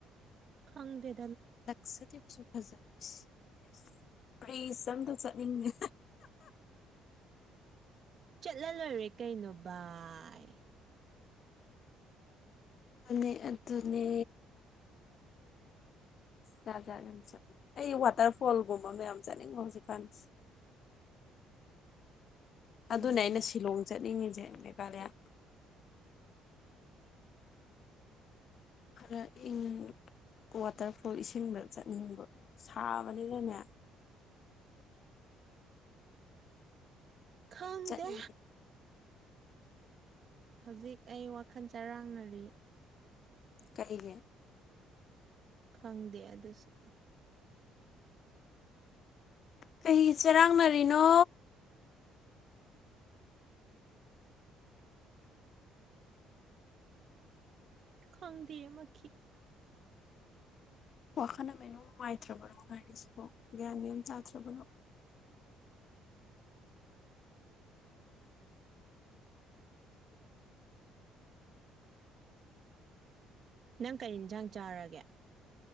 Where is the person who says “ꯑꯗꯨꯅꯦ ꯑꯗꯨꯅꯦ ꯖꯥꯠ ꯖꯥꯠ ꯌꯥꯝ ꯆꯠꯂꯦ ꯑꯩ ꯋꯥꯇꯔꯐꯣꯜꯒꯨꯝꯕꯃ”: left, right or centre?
Left